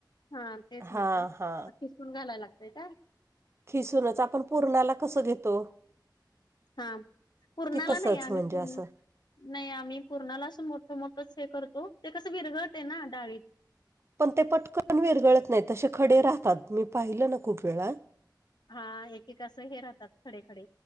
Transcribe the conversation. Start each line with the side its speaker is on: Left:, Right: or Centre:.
Left: हा तेच म्हंटलं
Right: हा हा.
Left: खिसुन घालाय लागतय काय?
Right: खिसूनच, आपण पूरणाला कसं घेतो
Left: हा, पूरणाला
Right: की तसंच
Left: नाही, आम्ही
Right: म्हणजे
Left: पूर
Right: असं.
Left: नाही आम्ही पूरणाला असं मोठं मोठच हे करतो, ते कसं विरगळतय ना डाळीत
Right: पण ते पटकन विरगळत नाही, तसे खडे राहतात, मी पाहिलं ना खूप वेळा
Left: हा एक एक असं हे राहतात खडे खडे